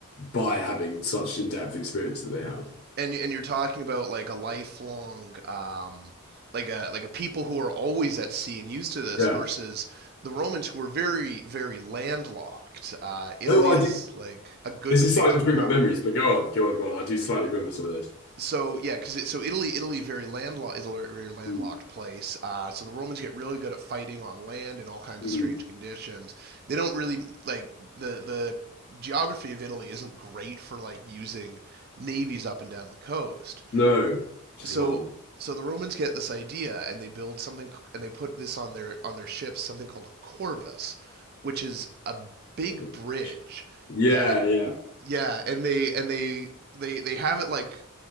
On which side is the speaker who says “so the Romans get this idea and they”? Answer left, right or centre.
Right